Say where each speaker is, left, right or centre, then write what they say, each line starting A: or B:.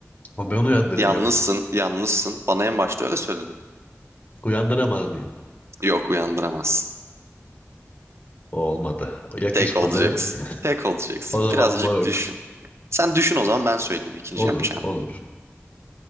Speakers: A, on the left; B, on the right.
A: Ama ben uyandıracağım.
B: Yalnızsın. Yalnızsın. Bana en başta öyle söyledin.
A: Uyandıramaz mıyım?
B: Yok uyandıramazsın.
A: O olmadı. O yakışmadı.
B: Tek olacaksın. Tek olacaksın.
A: O zaman
B: Birazcık
A: moruk.
B: düşün. Sen düşün o zaman ben söyleyeyim ikinci
A: Olur,
B: yapacağımı.
A: olur.